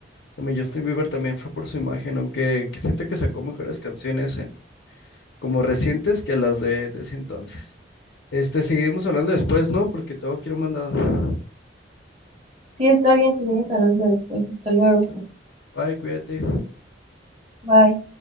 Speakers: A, on the left; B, on the right.
A: También Justin Bieber también fue por su imagen, aunque que siento que sacó mejores canciones en como recientes que las de, de ese entonces. Este, seguimos hablando después, ¿no? Porque tengo que ir a un mandado.
B: Sí, está bien, seguimos hablando después. Hasta luego.
A: Sal- Bye, cuídate.
B: Bye.